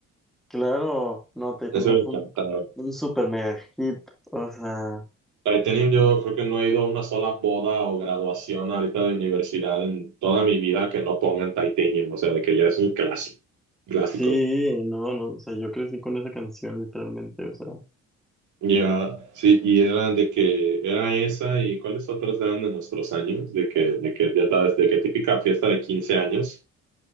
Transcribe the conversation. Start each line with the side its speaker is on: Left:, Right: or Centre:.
Centre: claro, no, Titanium
Right: Eso me encantaba.
Centre: fue un, un super mega hit, o sea,
Right: Titanium, yo creo que no he ido a una sola boda o graduación ahorita de universidad en toda mi vida que no pongan Titanium, o sea, de que ya es un clásico. Clásico.
Centre: sí, no, no, o sea, yo crecí con esa canción literalmente, o sea,
Right: Ya, sí, y eran de que era esa y cuáles otras eran de nuestros años, de que, de que ya sabes, de que típica fiesta de 15 años.